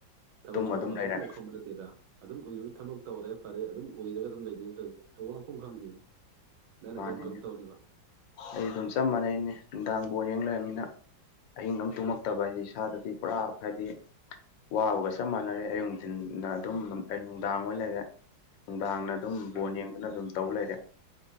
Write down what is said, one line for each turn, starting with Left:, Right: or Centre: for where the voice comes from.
Right: ꯊꯕꯛ
Left: ꯇꯨꯝꯃ
Right: ꯆꯨꯐꯝ
Left: ꯑꯗꯨꯝ
Right: ꯂꯥꯛꯐꯝ
Left: ꯂꯩꯔꯦ
Right: ꯑꯝꯕꯧ ꯈꯪꯕ ꯅꯠꯇꯦꯗ ꯑꯗꯨꯝ ꯎꯏꯔꯨꯏ ꯊꯕꯛ ꯇꯧꯔꯦ ꯐꯔꯦ ꯑꯗꯨꯝ ꯎꯏꯔꯒ ꯑꯗꯨꯝ ꯂꯩꯗꯣꯏꯅꯦ ꯇꯧꯔꯤꯁꯦ ꯇꯧꯐꯝ ꯂꯥꯛꯐꯝ ꯈꯪꯗꯦꯅꯦ ꯅꯪꯅ
Left: ꯃꯥꯅꯤꯅꯦ
Right: ꯀꯔꯝ ꯀꯔꯝ ꯇꯧꯔꯤꯕ
Left: ꯑꯩ ꯑꯗꯨꯝ ꯆꯞ ꯃꯥꯟꯅꯩꯅꯦ ꯅꯨꯡꯗꯥꯡ ꯕꯣꯜ ꯌꯦꯡ ꯂꯩꯔꯃꯤꯅ ꯑꯍꯤꯡ ꯑꯃ ꯇꯨꯝꯃꯛꯇꯕ ꯍꯥꯏꯖꯦ ꯏꯁꯥꯗꯗꯤ ꯄꯨꯔꯥ ꯍꯥꯏꯕꯗꯤ ꯋꯥꯕꯒ ꯆꯞ ꯃꯥꯟꯅꯔꯦ ꯑꯌꯨ ꯅꯨꯡꯊꯤꯟꯗ ꯑꯗꯨꯝ ꯅꯨꯡꯗꯥꯡ ꯑꯣꯏꯅ ꯂꯩꯔꯦ ꯅꯨꯡꯗꯥꯡꯅ ꯑꯗꯨꯝ ꯕꯣꯟ
Right: ꯎꯝ
Left: ꯌꯦꯡꯗꯅ ꯑꯗꯨꯝ ꯇꯧ ꯂꯩꯔꯦ